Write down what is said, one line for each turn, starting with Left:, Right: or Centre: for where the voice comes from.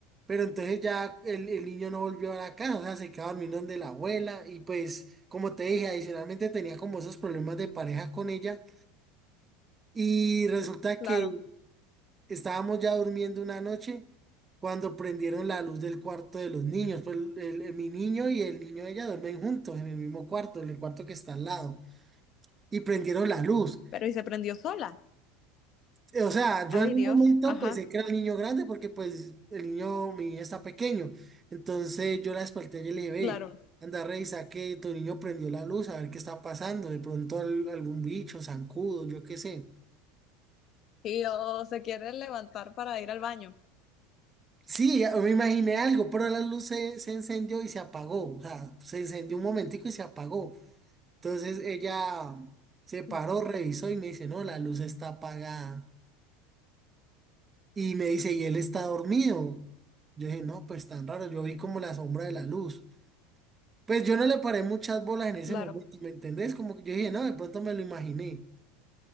Right: pero entonces ya el, el niño no volvió a la casa, o sea, se quedó dormido donde la abuela y pues, como te dije, adicionalmente tenía como esos problemas de pareja con ella y resulta
Left: Claro.
Right: que Estábamos ya durmiendo una noche cuando prendieron la luz del cuarto de los niños. Pues el- el- mi niño y el niño de ella duermen juntos en el mismo cuarto, en el cuarto que está al lado. Y prendieron la luz.
Left: Pero y se prendió sola.
Right: Eh, O sea, yo
Left: Ay,
Right: en un
Left: Dios.
Right: momento
Left: Ajá.
Right: pensé que era el niño grande porque pues el niño, mi niño está pequeño. Entonces yo la desperté y le dije, ve,
Left: Claro.
Right: anda, revisa que tu niño prendió la luz, a ver qué está pasando. De pronto al- algún bicho, zancudo, yo qué sé.
Left: Y o se quiere levantar para ir al baño.
Right: Sí, ya me imaginé algo, pero la luz se, se encendió y se apagó. O sea, se encendió un momentico y se apagó. Entonces ella se paró,
Left: No,
Right: revisó y me dice, no, la luz está apagada. Y me dice, y él está dormido. Yo dije, no, pues tan raro, yo vi como la sombra de la luz. Pues yo no le paré muchas bolas en ese
Left: claro,
Right: momento, ¿me entendés? Como que yo dije, no, de pronto me lo imaginé.